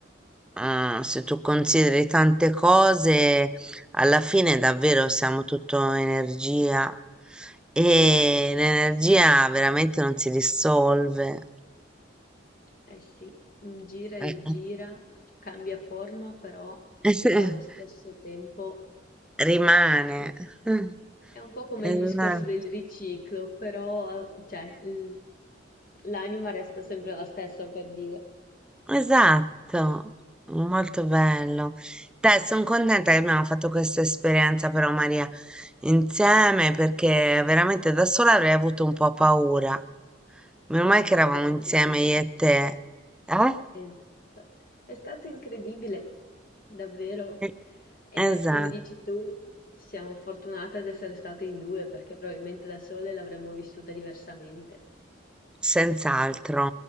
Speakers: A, in the centre; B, on the left (about 50°).
A: eh, se tu consideri tante cose, alla fine davvero siamo tutto energia e l'energia veramente non si dissolve,
B: Eh sì, gira e
A: eh,
B: rigira, cambia forma, però
A: <laughs>
B: allo
A: eh,
B: stesso tempo
A: rimane.
B: sì,
A: <laughs>
B: È un po' come
A: Eh,
B: il
A: Esatto.
B: discorso del riciclo, però, eh, cioè, l- l'anima resta sempre la stessa, per dire.
A: Esatto, molto bello. Dai, sono contenta che abbiamo fatto questa esperienza però Maria insieme perché veramente da sola avrei avuto un po' paura. Meno male
B: È
A: che
B: stato
A: eravamo
B: incredibile.
A: insieme io e te. Eh?
B: Esatto. È stato incredibile, davvero.
A: Eh,
B: E
A: Esatto,
B: come dici tu, siamo fortunate ad essere state in due, perché probabilmente da sole l'avremmo vissuta diversamente.
A: senz'altro.